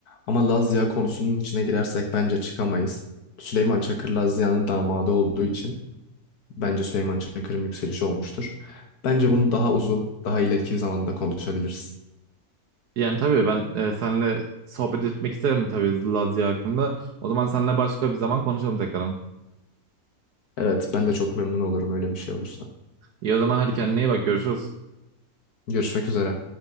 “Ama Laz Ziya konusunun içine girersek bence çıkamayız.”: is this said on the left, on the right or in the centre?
Left